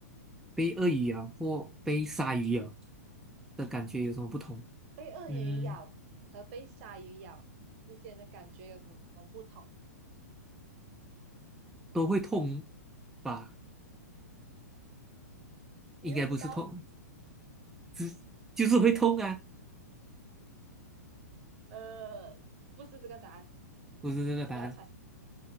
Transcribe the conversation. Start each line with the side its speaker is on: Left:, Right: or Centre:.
Centre: 被鳄鱼咬或被鲨鱼咬的感觉有什么不同？
Right: 被鳄鱼咬和被鲨鱼咬之间的感觉有什么不同？
Centre: 嗯，都会痛吧？
Right: 你又不知道？
Centre: 应该不是痛，只就是会痛啊，
Right: 呃，不是这个答案，
Centre: 不是这个答案。
Right: 你再猜。